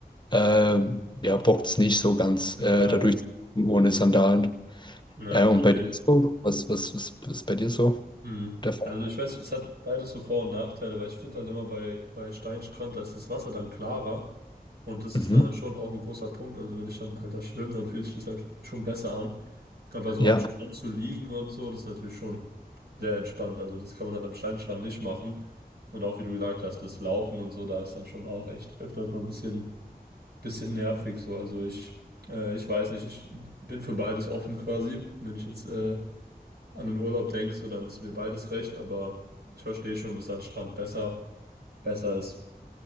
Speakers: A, on the left; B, on the right.
A: Ähm, ja, bockt's nicht so ganz,
B: Ja,
A: äh, dadurch ohne Sandalen.
B: ja,
A: Äh,
B: verstehe
A: und bei dir
B: ich.
A: so? Was, was, was ist bei dir so
B: Mhm.
A: der Fall?
B: Also ich weiß, es hat beides so Vor- und Nachteile, weil ich finde halt immer bei, bei Steinstrand, da ist das Wasser dann klarer und das
A: Mhm.
B: ist dann halt schon auch ein großer Punkt. Also wenn ich dann halt da schwimme, dann fühlt sich das halt schon besser an. Aber so
A: Ja,
B: am Strand zu liegen und so, das ist natürlich schon sehr entspannt. Also das kann man halt am Steinstrand nicht machen. Und auch wie du gesagt hast, das Laufen und so, da ist dann schon auch echt öfters mal ein bisschen, bisschen nervig so. Also ich, äh, ich weiß nicht, ich bin für beides offen quasi. Wenn ich jetzt äh, an den Urlaub denkst, so, dann ist mir beides recht, aber ich verstehe schon, dass Sandstrand besser, besser ist.